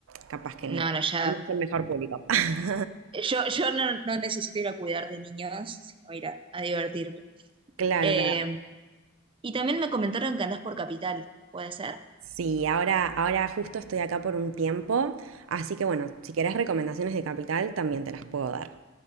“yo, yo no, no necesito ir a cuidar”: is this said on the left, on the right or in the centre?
Right